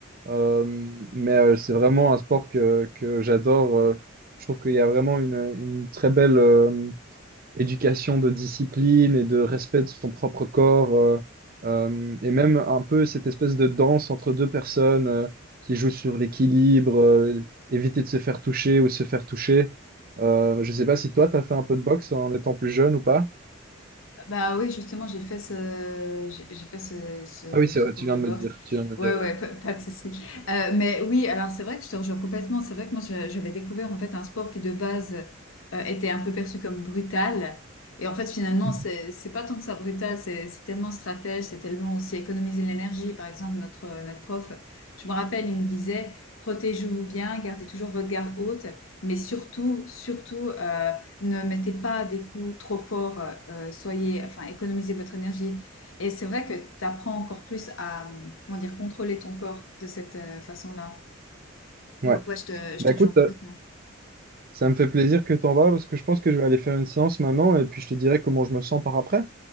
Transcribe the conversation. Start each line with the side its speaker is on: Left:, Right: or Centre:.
Right: Euh, mais euh, c'est vraiment un sport que, que j'adore. euh, je trouve qu'il y a vraiment une, une très belle... euh, éducation de discipline et de respect de son propre corps, euh, euh, et même un peu cette espèce de danse entre deux personnes euh, qui jouent sur l'équilibre, euh, éviter de se faire toucher ou se faire toucher. Euh, je sais pas si toi, tu as fait un peu de boxe en étant plus jeune ou pas.
Left: Bah oui, justement, j'ai fait ce, j'ai j'ai fait ce, ce,
Right: Ah oui, c'est
Left: ce
Right: vrai,
Left: cours
Right: tu viens
Left: de
Right: de
Left: boxe.
Right: me dire. Tu viens de me dire,
Left: Ouais, ouais,
Right: ouais.
Left: pas, pas de souci. Euh, mais oui, alors c'est vrai que je te rejoins complètement. C'est vrai que moi, je- j'avais découvert en fait un sport qui de base euh, était un peu perçu comme brutal. Et en fait, finalement,
Right: Mhm.
Left: c'est, c'est pas tant que ça brutal, c'est, c'est tellement stratège, c'est tellement aussi économiser de l'énergie. Par exemple, notre, euh, notre prof, je me rappelle, il me disait, protégez-vous bien, gardez toujours votre garde haute, mais surtout, surtout, euh, ne mettez pas des coups trop forts, euh, soyez, enfin, économisez votre énergie. Et c'est vrai que tu apprends encore plus à, euh, comment dire, contrôler ton corps de cette euh, façon-là.
Right: Ouais.
Left: Donc ouais, je te, je
Right: Bah
Left: te rejoins
Right: écoute,
Left: complètement.
Right: euh, ça me fait plaisir que t'en vas parce que je pense que je vais aller faire une séance maintenant et puis je te dirai comment je me sens par après.